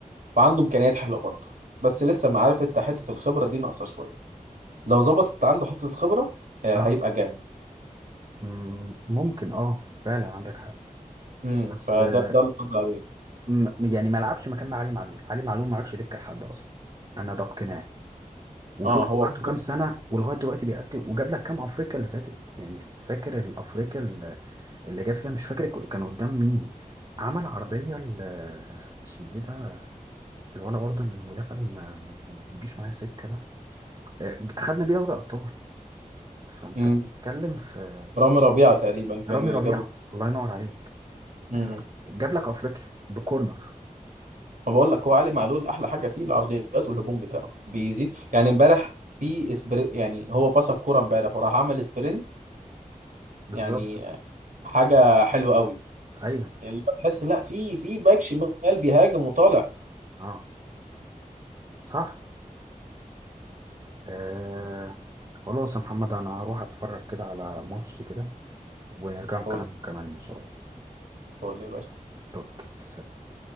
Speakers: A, on the right; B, on the right.
A: وعنده إمكانيات حلوة برضه بس لسه ما عارف انت حتة الخبرة دي ناقصة شوية لو ظبطت عنده حتة الخبرة أه
B: اه
A: هيبقى جامد
B: مم، ممكن اه فعلا عندك حق
A: امم
B: بس
A: فده
B: آه،
A: ده اللي قصدي عليه
B: م- يعني ما لعبش مكان مع علي معلول علي معلول ما عادش دكه لحد اصلا انا ده اقتناعي وشوف
A: اه هو
B: هو عنده كام سنه ولغايه دلوقتي بيأدي وجاب لك كام افريقيا اللي فاتت يعني فاكر الافريقيا اللي اللي جاب فيها مش فاكر كان قدام مين عمل عرضيه ل- اسمه ايه ده الولا برضه المدافع اللي ما ما- ما بيجيش معايا سكه ده آه، اخدنا بيه دوري ابطال فانت
A: امم
B: بتتكلم في
A: رامي ربيعة تقريبا
B: رامي
A: كان اللي
B: ربيعه
A: جاب
B: الله ينور عليك
A: امم
B: ف- جاب لك افريقيا بكورنر
A: ما بقول لك هو علي معلول احلى حاجة فيه العرضيات والهجوم بتاعه بيزيد يعني امبارح في اسبري يعني هو باص الكورة امبارح وراح عمل سبرنت
B: بالظبط
A: يعني حاجة حلوة قوي
B: ايوه
A: يعني اللي هو تحس لا في في باك شمال بيهاجم وطالع
B: اه صح آه. خلاص يا محمد انا هروح اتفرج كده على ماتش كده ونرجع نكلم
A: فول
B: كمان ان شاء الله
A: فول يا باشا
B: اوكي سلام